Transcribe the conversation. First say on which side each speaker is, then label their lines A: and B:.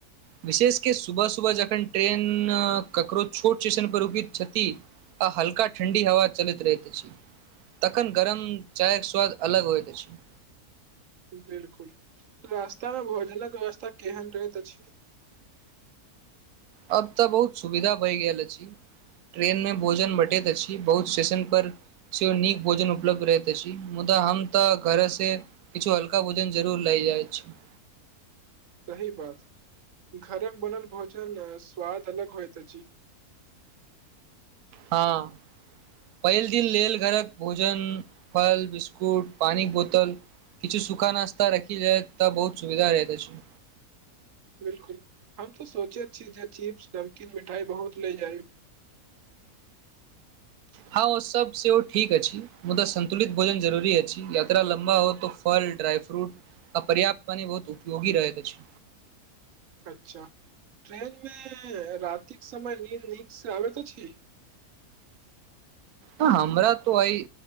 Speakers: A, on the right; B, on the right.
A: विशेष के सुबह सुबह जखन ट्रेन ककरो छोट स्टेशन पर रुकैत छथि आ हल्का ठंडी हवा चलैत रहत अछि तखन गरम चाय के स्वाद अलग होइत छै
B: बिलकुल रास्तामे भोजनक व्यवस्था केहन रहैत अछि
A: अब तऽ बहुत सुविधा भए गेल अछि ट्रेनमे भोजन बँटैत अछि बहुत स्टेशन पर श नीक भोजन उपलब्ध रहै तस मुदा हम तऽ घरेसे किछु हल्का भोजन जरूर लै जाइ छै
B: सही बात घरमे बनल भोजन स्वाद अलग होइत अछि
A: हँ पहिल दिन लेल घरक भोजन फल बिस्कुट पानिक बोतल किछु सूखा नास्ता रखिल जाय तऽ बहुत सुविधा रहैत अछि
B: बिलकुल हम तो सोचैत छी जे चिप्स नमकीन मिठाइ बहुत ले जाइ
A: हँ ओ सब सेहो ठीक अछि मुदा सन्तुलित भोजन जरुरी अछि यात्रा लम्बा हो तो फल ड्राई फ्रूट आ पर्याप्त पानी बहुत उपयोगी रहैत अछि।
B: अच्छा ट्रेन मे रातिक समय नींद निक सँ आबैत अछि।
A: हमरा तो अइ